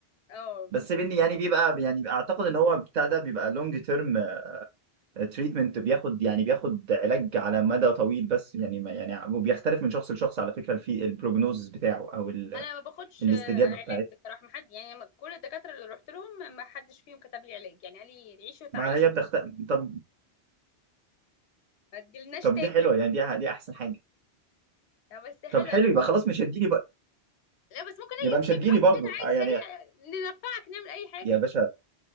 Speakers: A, on the left; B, on the right.
A: اه
B: بس بني يعني بيبقى يعني اعتقد ان هو بتاع ده بيبقى لونج تيرم تريتمنت بياخد يعني بياخد علاج على مدى طويل بس يعني ما يعني وبيختلف من شخص لشخص على فكرة في البروجنوزس بتاعه او ال-
A: انا ما باخدش
B: الاستجابة
A: آه، علاج
B: بتاعته
A: بصراحه ما حد يعني ما- كل الدكاتره اللي رحت لهم ما حدش فيهم كتب لي علاج يعني قال لي تعيشي وتعيشي
B: ما هي بتخت طب
A: ما تجيلناش
B: طب
A: تاني
B: دي حلوة يعني دي دي احسن حاجة
A: لا بس حلو
B: طب حلو يبقى خلاص مش هتجيلي بقى
A: لا بس ممكن
B: يبقى
A: اجي
B: مش
A: تشيك
B: هتجيلي
A: اب
B: برضو
A: كده عادي
B: آه يعني
A: سريع ننفعك نعمل اي حاجه
B: يا باشا